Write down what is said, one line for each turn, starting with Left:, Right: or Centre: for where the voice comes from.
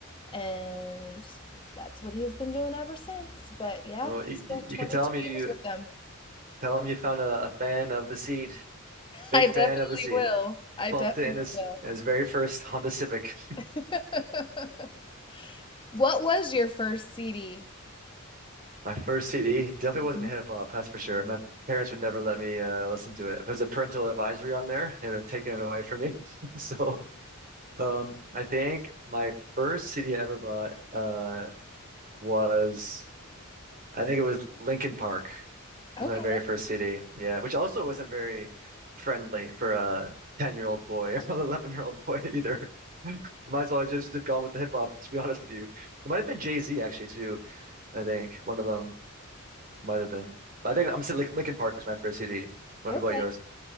Left: and that's what he's been doing ever since. But yeah,
Right: Well,
Left: he
Right: you,
Left: spent
Right: you
Left: 22
Right: can tell me
Left: years
Right: you
Left: with them.
Right: tell him you found a, a fan of the seed, big
Left: I
Right: fan
Left: definitely
Right: of the seed.
Left: will. I
Right: Bumped
Left: definitely
Right: it in his
Left: will.
Right: in his very first Honda Civic.
Left: <laughs> What was your first CD?
Right: My first CD definitely
Left: Mhm.
Right: wasn't hip hop, that's for sure. My parents would never let me uh, listen to it. If there's a parental advisory on there, they would have taken it away from me. <laughs> So, um, I think my first CD ever bought uh, was I think it was Linkin Park. It
Left: Okay,
Right: was my very first CD. Yeah, which also wasn't very friendly for a 10-year-old boy or <laughs> an 11-year-old boy either. <laughs> Might as well have just, just gone with the hip hop, to be honest with you. It might have been Jay-Z actually too, I think. One of them might have been. But I think I'm saying Lin- Linkin Park was my first CD. What
Left: okay.
Right: about yours?